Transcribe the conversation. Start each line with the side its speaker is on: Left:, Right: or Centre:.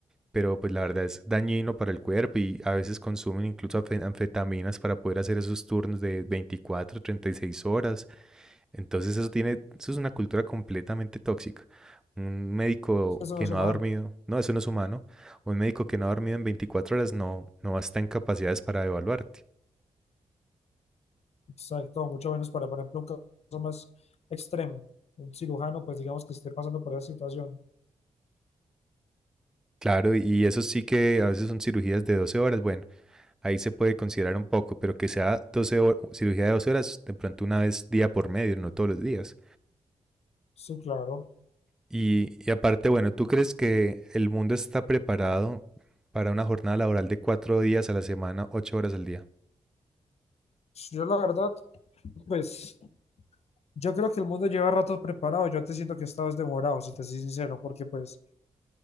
Centre: pero pues la verdad es dañino para el cuerpo y a veces consumen incluso afe- anfetaminas para poder hacer esos turnos de veinticuatro treinta y seis horas entonces eso tiene, eso es una cultura completamente tóxica. Un médico
Left: Eso
Centre: que
Left: no es
Centre: no
Left: humano,
Centre: ha dormido, no, eso no es humano. Un médico que no ha dormido en 24 horas no, no está en capacidades para evaluarte.
Left: exacto, mucho menos para, por ejemplo, un caso más extremo, un cirujano, pues digamos que esté pasando por esa situación.
Centre: Claro, y eso sí que a veces son cirugías de 12 horas, bueno, ahí se puede considerar un poco, pero que sea doce hor- cirugía de 12 horas, de pronto una vez día por medio, no todos los días.
Left: Sí, claro.
Centre: Y, y aparte, bueno, ¿tú crees que el mundo está preparado para una jornada laboral de cuatro días a la semana, ocho horas al día?
Left: Yo la verdad, pues yo creo que el mundo lleva rato preparado, yo te siento que estabas demorado, si te soy sincero, porque pues